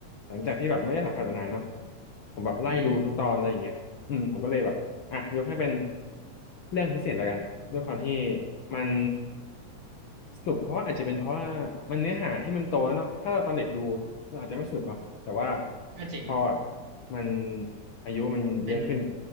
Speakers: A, on the left; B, on the right.
A: หลังจากที่แบบไม่ได้สัมผัสมานานเนาะผมแบบไล่ดูทุกตอนอะไรอย่างเงี้ยอืมผมก็เลยแบบ
B: อืม
A: อ่ะยกให้เป็นเรื่องพิเศษละกันด้วยความที่มันสนุกเพราะว่าอาจจะเป็นเพราะว่ามันเนื้อหาที่มันโตแล้วเนาะถ้าเราตอนเด็กดูเราอาจจะไม่สนุกเนาะแต่ว่า
B: ก็เจ๋งนะ
A: พอแบบมันอายุมันเยอะขึ้น
B: เป็น